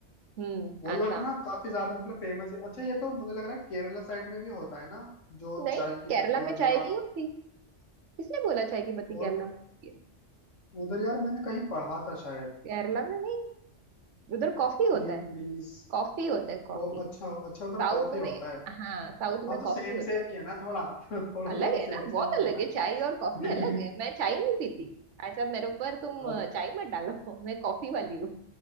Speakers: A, on the right (about 75°); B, on the left (about 85°).
A: हम्म
B: वो उधर
A: आसाम
B: ना काफी ज्यादा मतलब फेमस है अच्छा ये तो मुझे लग रहा है केरला साइड में भी होता है ना जो
A: नहीं
B: चाय की
A: केरला
B: पत्ती
A: में
B: वगैरह
A: चाय नहीं होती किसने बोला चाय की पत्ती
B: और
A: केरला में होती है
B: उधर यार मैंने कहीं पढ़ा था शायद
A: केरला में नहीं उधर कॉफी होता
B: Tea
A: है
B: please
A: कॉफी होता है
B: को
A: कॉफी
B: अच्छा अच्छा उधर
A: साउथ
B: कॉफी होता
A: में
B: है
A: हाँ साउथ
B: हाँ
A: में कॉफी
B: तो सेम
A: होता
B: सेम
A: है
B: ही है ना थोड़ा <laughs> थोड़ा
A: अलग
B: थोड़ा
A: है
B: सेम
A: ना बहुत
B: सेम ही
A: अलग
B: है ना
A: है चाय और कॉफी
B: <laughs>
A: अलग है मैं चाय नहीं पीती ऐसा मेरे ऊपर तुम
B: अच्छा
A: अ, चाय मत डालो <laughs> मैं कॉफी वाली हूँ